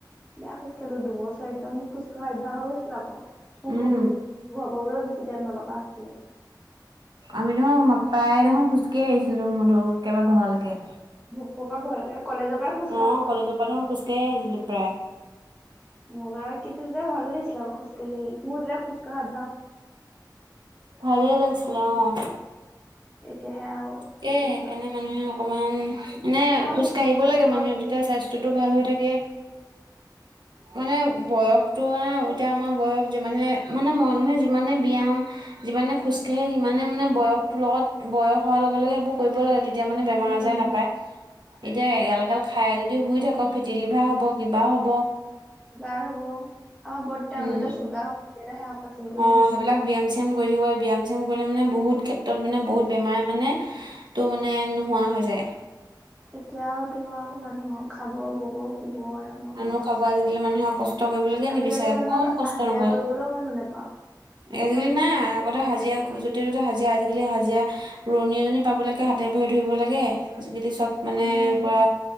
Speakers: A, in the centre; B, on the right (about 75°).
A: বেয়া খোজকাঢ়িলোঁ দুবছৰ একদম মোক খোজকঢ়া অভ্যাস হৈ গৈছিলে আক'। মোৰ
B: উম
A: ঘ ঘ ঘ পাবলৈও বেছি টাইম নলগা হৈছিলে।
B: আমি দেখোন মা প্ৰায় দেখোন খোজকাঢ়ি আহিছিলোঁ ম ধৰ একেবাৰে ঘৰলৈকে।
A: ভোক পৰা ঘৰলেকে কলেজৰ পৰাই খোজকাঢ়ো
B: অ
A: দেখোন।
B: কলেজৰ পৰা খোজকাঢ়ি আহিছিলো প্ৰায়
A: মজা লাগ্ কিন্তু যে ভাল লাগিছিলে আক' খোজ কাঢ়ি মোৰ তেতিয়া খোজকঢ়া অইভ্যাস
B: ভালেই লাগিছিলে অঁ।
A: এতিয়াহে আৰু
B: তাকে, সেইকাৰণে
A: খোজ নাকাঢ়ো
B: মানুহে অকণমান মানে
A: এতিয়া মই
B: খোজকাঢ়িব
A: খোজ
B: লাগে
A: কঢ়া-
B: মানুহে তেতিয়া স্বাস্থ্যটো ভাল হৈ থাকে। মানে বয়সটো মানে এতিয়া আমাৰ বয়স যিমানে মানে, মানুহে যিমানে ব্যায়াম যিমানে খোজকাঢ়ে সিমানে মানে বয়সটোৰ লগত বয়স হোৱাৰ লগে লগে সেইবোৰ কৰিব লাগে। তেত্ তেতিয়া মানে বেমাৰ
A: উম
B: আজাৰে নাপায়। এতিয়া এগাল এগাল খাই যদি
A: চুগাৰ
B: শুই থাক ফেটি লিভাৰ হ'ব কিবা হ'ব।
A: চুগাৰ হব আমাৰ বৰতাৰ
B: উম।
A: মাজটে চুগাৰ <unintelligible> সে অপাৰেচন কৰি
B: অ',
A: আহিছে
B: সেইবিলাক ব্যায়াম - চিয়াম কৰি থাকিব আৰু ব্যায়াম - চিয়াম কৰিলে মানে বহুত ক্ষেত্ৰত মানে বহুত বেমাৰ মানে। ত' মানে নোহোৱা হৈ যায়।
A: এতিয়া আৰু তোমাৰ <unintelligible> মানুহৰ খাব বব শুব আৰামত
B: মানুহ খাব আজিকালি মানুহে কষ্ট কৰিবলৈকে
A: আজিকালি
B: নিবিচাৰে অকন
A: মানুহক
B: কষ্ট
A: হাজিৰা
B: নকৰে।
A: কৰিবলৈও
B: <unintelligible>
A: মানুহ নেপাওঁ
B: আজিকালি
A: চব
B: নাই
A: ফেচিলিটি
B: আগতে হাজিৰা
A: একদম
B: <unintelligible> য'তে ততে হাজিৰা আজিকালি হাজিৰা ৰুৱণী এজনী পাবলৈকে হাতে ভৰিয়ে ধৰিব লাগে আজিকালি চ <unintelligible> চব মানে
A: উম,
B: পুৰা